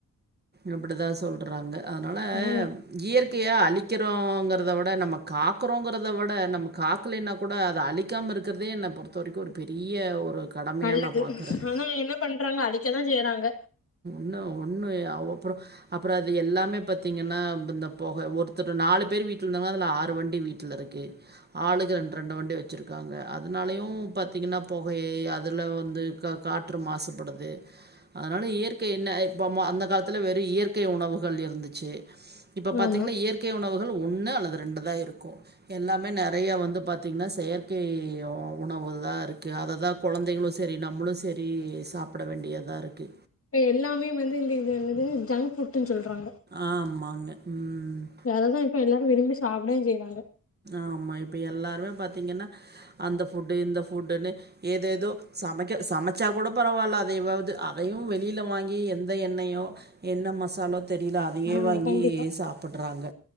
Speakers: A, on the right; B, on the left.
A: அப்படிதா சொல்றாங்க அதனால
B: ஆமா
A: இயற்கையா அழிக் கிறோங்கிறத விட நம்ம காக்குறோங்கிறத விட நம்ம காக்கலனா கூட அத அழிக்காம இருக்கிறதே பொறுத்த வரைக்கும் ஒரு பெரிய ஒரு கடமையா
B: நல்லது
A: நான் பார்க்குறேன்.
B: ஆனா என்ன பண்றாங்க அழிக்கதான் செய்யறாங்க
A: ஒன்னு அவா அப்ரோ அப்ரோ அது எல்லாமே பாத்தீங்கன்னா இந்த போக ஒருத்த நாலு பேரு வீட்டில் இரு ஆறு வண்டி வீட்டல இருக்கு ஆளுக்கு ரெண்டு ரெண்டு வண்டி வச்சிருக்காங்க அதனாலையும் பத் தீங்கன்னா புகை அதுல வந்து காற்று மாசுபடுது அதனால இயர் இயற்கை என்ன இப்பவும் அந்த காலத்துல வெறும் இயற்கை உணவுகள் இருந்துச்சு இப்ப பாத்தீங்கன்னா
B: ஆமா
A: இயற்கை உணவு ஒன்னு அல்லது ரெண்டு தான் இருக்கும் எல்லாமே நறைய வந்து பார்த்தீங்கன்னா செயற்கை உணவு இவ்ளோ தான் இருக்கு அதைதான் குழந்தைங்களும் சரி நம்மளும் சரி சாப்பிட வேண்டியதா இருக்கு
B: இப்ப எல்லாமே வந்து இந்த இது என்னது ஜங்க் ஃபுட் சொல் ரங்க
A: ஆமாங்க. ம்.
B: அத தா இப்ப எல்லாரும் விரும்பி சாப்பிடவு செய்யறாங்க
A: ஆமா இப்ப எல்லாருமே பாத்தீங்கன்னா அந்த ஃபுட்டு இந்த ஃபுட்டுன்னு ஏதேதோ சமைக்க சமைச்சா கூட பரவால்ல அதையவாவ்து அதையும் வெளியில வாங்கி எந்த எண்ணெயோ என்ன மசாலோ தெரியில அதையே
B: ஆமா
A: வாங்கி
B: கண்டிப்பா
A: சாப்புட்றாங்க